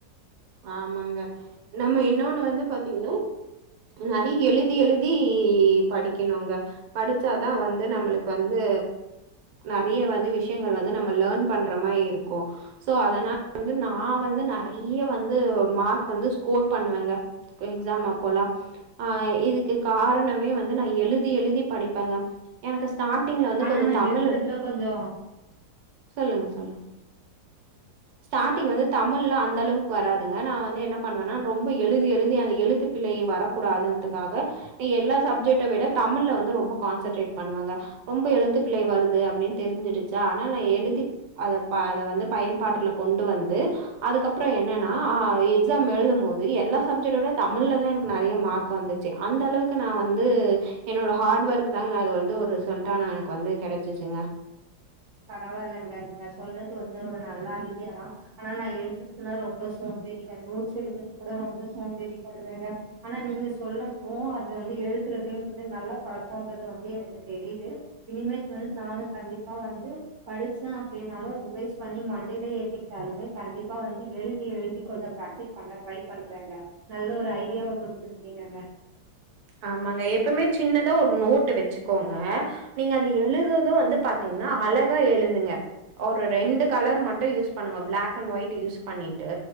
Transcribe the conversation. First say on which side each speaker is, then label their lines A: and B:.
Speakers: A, on the right (about 75°); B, on the right (about 60°).
A: ஆமாங்க நம்ம இன்னோன்னு வந்து பாத்தீங்னா நறை எழுதி எழுதி படிக்கணுங்க படிச்சாதா வந்து நம்மளுக்கு வந்து நறைய வந்து விஷயங்கள் வந்து நம்ம லேர்ன் பண்ற மாரி இருக்கு சோ அதனால வந்து நா வந்து நறை ய வந்து மார்க் வந்து ஸ்கோர் பண்ணுவெங்க எக்ஸாம் அப்பல்லா ஆ இதுக்கு காரணமே வந்து நா எழுதி எழுதி படிப்பேங்க எனக்கு ஸ்டார்டிங்ல வந்து
B: ஆனா
A: கொஞ்ச
B: நா
A: தமிழ்
B: எழுதுறதுல கொஞ்சோ
A: சொல்லுங்க சொல்லுங்க ஸ்டார்டிங் வந்து தமிழ்ல அந்த அளவு வராதுங்க நா வந்து என்ன பண்ணுவன்னா ரொம்ப எழுதி எழுதி அந்த எழுத்து பிழை வரக்கூடாதுன்றக்காக எல்லா சப்ஜெக்ட விட தமிழ்ல வந்து ரொம்ப கான்சன்ட்ரேட் பண்ணுவெங்க ரொம்ப எழுத்து பிழை வருது அப்டின் தெருஞ்சிடுச்சா ஆனா நா எழுதி அத ப அத வந்து பயன்பாட்டுல கொண்டு வந்து அதுக்கப்றொ என்ன னா ஆ எக்ஸாம் எழுதும் போது எல்லா சப்ஜெக்ட விட தமிழ்லதா எனக்கு நறைய மார்க் வந்துச்சு அந்த அளவுக்கு நா வந்து என்னோட ஹார்ட் ஒர்க் தாங்க அது வந்து ஒரு ரிசல்ட்டா எனக்கு வந்து கெடச்சிச்சுங்க
B: பரவால்லங்க நீங்க சொல்றது வந்து ஒரு நல்ல ஐடியா தா ஆனா நா எழுதுறதுல ரொம்ப சோம்பேறிங்க நோட்ஸ் எடுக்கற்துக் கூட ரொம்ப சோம்பேறிப்படுவேங்க ஆனா நீங்க சொல்லப்போ அது வந்து எழுதுறதுன்றது நல்லா பழக்கொன்றது வந்து எனக்கு தெரியிது இனிமேட்டு வந்து நானு கண்டிப்பா வந் து படிச்சே அப்டின்னாலு ரிவைஸ் பண்ணி மண்டைல ஏத்திக்டாலுமே கண்டிப்பா வந்து எழுதி எழுதி கொஞ்ச பிராக்டிஸ் பண்ண ட்ரை பண்றேங்க நல்ல ஒரு ஐடியாவ குடுத்துருக்கீங்கங்க
A: ஆமாங்க எப்பமே சின்னதா ஒரு நோட்டு வச்சுக்கோங்க நீங்க அது எழுதுறதே வந்து பாத்தீங்னா அழகா எழுதுங்க ஒரு ரெண்டு கலர் மட்டு யூஸ் பண்ணுங்க பிளாக் அண்ட் ஒயிட் யூஸ் பண்ணிட்டு